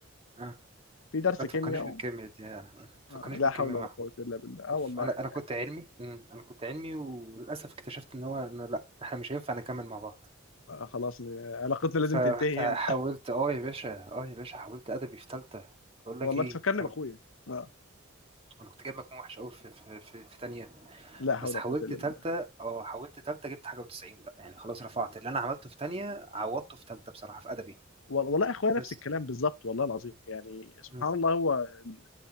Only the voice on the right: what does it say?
اه
ما تفكرنيش
بالكيمياء دي آه. ما تفكرنيش
بالكيمياء
يا احمد
اوف
انا انا كنت علمي مم. انا كنت علمي وللاسف اكتشفت ان هو إنه لا احنا مش هينفع نكمل مع بعض
فرحت
حاولت
اه يا باشا اه يا باشا حاولت ادبي في ثالثه بقول
لك ايه
انا
كنت
انا كنت جايب مجموع وحش قوي في في في, في تانية
بس
حاولت
ثالثه
اه حاولت ثالثه جبت حاجه و90 بقى يعني خلاص رفعت اللي انا عملته في تانية عوضته في ثالثه بصراحه في ادبي
بس
مم.